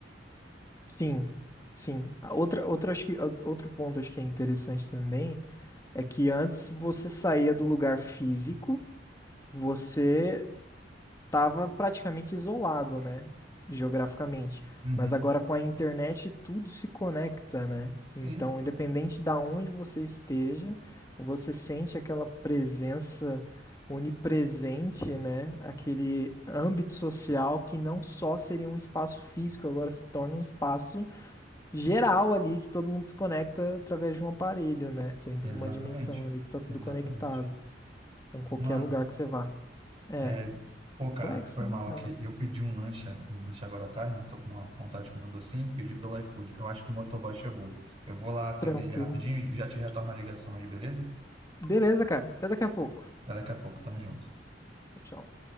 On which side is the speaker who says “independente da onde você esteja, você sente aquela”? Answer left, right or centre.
Left